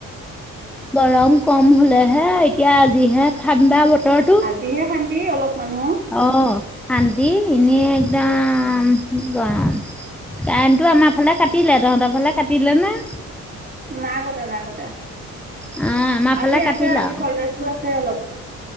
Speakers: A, in the centre; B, on the right.
A: গৰম কম হলেহে এতিয়া আজিহে ঠাণ্ডা বতৰতো।
B: আজিহে শান্তি অলপ মানুহৰ।
A: অ শান্ত এনে একদম গৰম। কাৰেণ্টটো আমাৰ ফালে কাটিলে তহঁতৰ ফালে কাটিলেনে?
B: নাই কতা নাই কতা
A: অ আমাৰ
B: আজি
A: ফালে কাটিলে
B: আছে আজি
A: আৰু
B: ভল্টেজটো আছে অলপ।